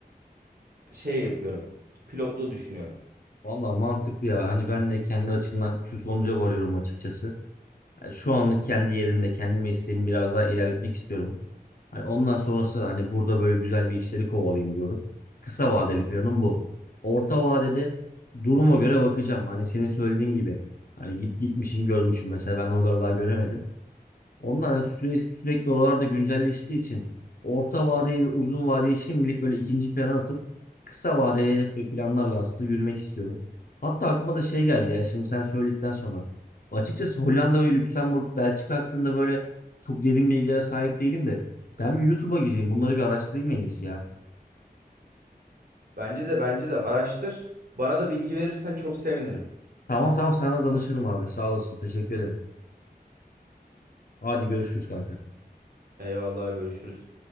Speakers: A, on the right; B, on the left.
A: şey yapıyorum. Pilotluğu düşünüyorum.
B: Valla mantıklı ya. Hani ben de kendi açımdan şu sonuca varıyorum açıkçası. Yani şu anlık kendi yerimde, kendi mesleğimi biraz daha ilerletmek istiyorum. Hani ondan sonrası da hani burada böyle güzel bir işleri kovalayayım diyorum. Kısa vadeli planım bu. Orta vadede duruma göre bakacağım. Hani senin söylediğin gibi. Hani git gitmişim görmüşüm. Mesela ben oraları daha göremedim. Onlar sürekli, sürekli oralarda güncelleştiği için orta vadeyi ve uzun vadeyi şimdilik böyle ikinci plana atıp kısa vadeli hedef ve planlarla aslında yürümek istiyorum. Hatta aklıma da şey geldi ya şimdi sen söyledikten sonra. Açıkçası Hollanda ve Lüksemburg, Belçika hakkında böyle çok derin bilgilere sahip değilim de ben bir YouTube'a gireyim bunları bir araştırayım en iyisi ya.
A: Bence de bence de araştır. Bana da bilgi verirsen çok sevinirim.
B: Tamam tamam sana danışırım abi sağ olasın teşekkür ederim. Hadi görüşürüz kanka.
A: Eyvallah görüşürüz.